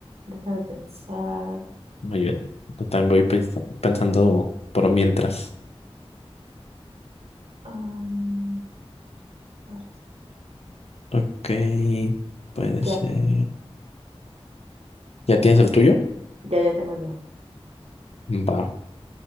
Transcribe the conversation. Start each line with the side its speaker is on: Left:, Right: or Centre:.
Right: déjame pensar.
Left: Muy bien, yo también voy pens- pensando por mientras.
Right: Am, ahora sí.
Left: Ok, puede ser.
Right: ya,
Left: ¿Ya tienes el tuyo?
Right: ya, ya tengo el mío.
Left: Va,